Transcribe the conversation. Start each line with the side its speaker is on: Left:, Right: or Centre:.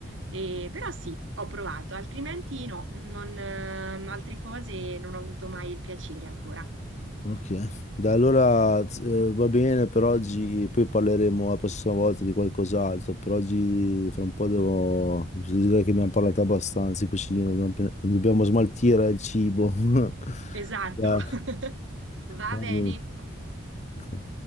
Right: E- però sì, ho provato, altrimenti no, non, ehm, altre cose non ho avuto mai il piacere ancora.
Left: Ok, da allora eh, va bene per oggi, poi parleremo la prossima volta di qualcos'altro, per oggi fra un po' devo, devo dire che abbiamo parlato abbastanza di cucina, dobbiamo, dobbiamo smaltire il cibo. <laughs>
Right: Esatto,
Left: Dai.
Right: <laughs> va
Left: Anche.
Right: bene.
Left: Ok.